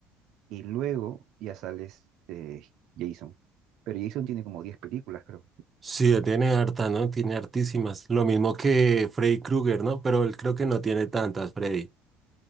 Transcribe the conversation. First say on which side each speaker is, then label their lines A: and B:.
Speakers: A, on the right; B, on the right.
A: Y luego ya sale este Jason. Pero Jason tiene como 10 películas, creo.
B: Sí, tiene harta, ¿no? Tiene hartísimas. Lo mismo que Freddy Krueger, ¿no? Pero él creo que no tiene tantas, Freddy.